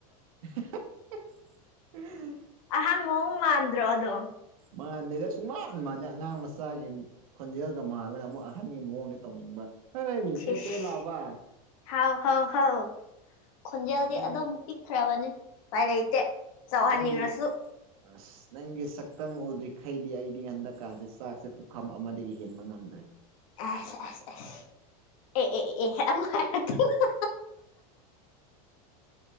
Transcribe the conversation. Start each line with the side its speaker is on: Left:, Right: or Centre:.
Right: <unintelligible>
Left: ꯑꯍꯥꯟ ꯃꯑꫭꯡ ꯃꯥꯥꯟꯗ꯭ꯔꯣ ꯑꯗꯣ꯫
Right: ꯃꯥꯗꯦꯗ ꯁꯨꯡ ꯃꯥꯥꯟ ꯃꯥꯥꯟꯗꯦ ꯑꯉꯥꯡ ꯃꯆꯥꯒꯤ ꯈꯣꯟꯖꯦꯜꯒ ꯃꯥꯜꯂꯒ ꯑꯃꯨꯛ ꯑꯍꯟꯒꯤ ꯃꯑꯣꯡꯗ ꯇꯧꯅꯤꯡꯕ ꯍꯦ
Left: ꯁꯤꯁ
Right: ꯄꯦ ꯄꯦ ꯂꯥꯎꯕ,
Left: ꯍꯥꯎ ꯍꯥꯎ ꯍꯥꯎ ꯈꯣꯟꯖꯦꯜꯗꯤ
Right: ꯅꯪ
Left: ꯑꯗꯨꯝ ꯄꯤꯛꯈ꯭ꯔꯕꯅꯦ ꯄꯥꯏ ꯂꯩꯇꯦ ꯆꯥꯎꯍꯟꯅꯤꯡꯔꯁꯨ꯫
Right: ꯅꯪꯒꯤ ꯑꯁ ꯅꯪꯒꯤ ꯁꯛꯇꯝ ꯎꯗ꯭ꯔꯤꯈꯩꯗꯤ ꯑꯩꯗꯤ ꯍꯟꯗꯛꯀꯥꯟꯁꯦ ꯆꯥꯛꯁꯦ ꯄꯨꯈꯝ ꯑꯃꯗꯒꯤ ꯍꯦꯟꯕ ꯉꯝꯗ꯭ꯔꯦ꯫
Left: ꯑꯁ ꯑꯁ ꯑꯁ ꯑꯦ ꯑꯦ ꯑꯦ ꯑꯃꯨꯛ ꯍꯥꯏꯔꯛꯇꯣꯏꯔ